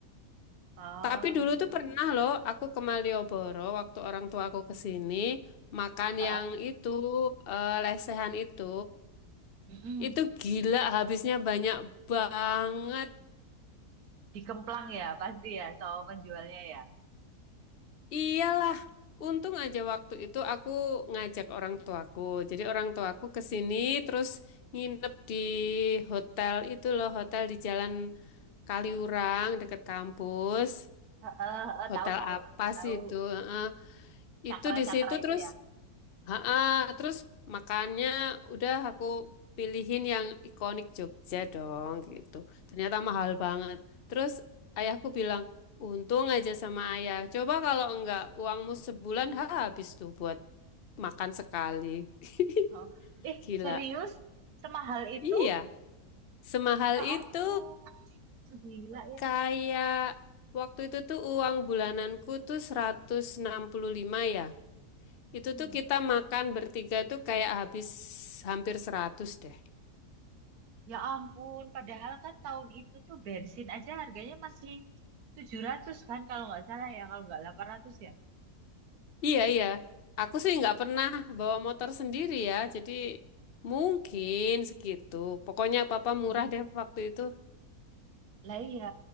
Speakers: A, on the right; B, on the left.
A: Oh,
B: Tapi dulu tuh pernah loh aku ke Malioboro waktu orang tua aku ke sini makan
A: heeh.
B: yang itu eh, lesehan itu.
A: Mm-mm.
B: Itu gila habisnya banyak banget.
A: Di Kemplang ya pasti ya, so penjualnya ya.
B: Iyalah, untung aja waktu itu aku ngajak orang tuaku. Jadi orang tuaku ke sini terus nginep di hotel itu loh, hotel di Jalan Kaliurang dekat kampus.
A: Heeh, heeh,
B: Hotel
A: tahu tahu
B: apa
A: aku tahu.
B: sih itu? Heeh. Itu
A: cakra-cakra
B: di situ
A: itu
B: terus
A: ya.
B: Ha-ah, terus makannya udah aku pilihin yang ikonik Jogja dong gitu. Ternyata mahal banget. Terus ayahku bilang, untung aja sama ayah. Coba kalau enggak uangmu sebulan ha, habis tuh buat makan sekali. <laughs>
A: Oh. Eh,
B: Gila.
A: serius? Semahal itu?
B: Iya, semahal
A: Ya ampun,
B: itu.
A: gila ya.
B: Kayak waktu itu tuh uang bulananku tuh 165 ya. Itu
A: Hmm.
B: tuh kita makan bertiga tuh kayak habis hampir 100 deh.
A: Ya ampun, padahal kan tahun itu tuh bensin aja harganya masih 700 kan kalau nggak salah ya, kalau nggak 800 ya.
B: Iya, iya. Aku sih nggak pernah bawa motor sendiri ya. Jadi mungkin segitu. Pokoknya papa murah
A: Hmm.
B: deh waktu itu.
A: Lah iya,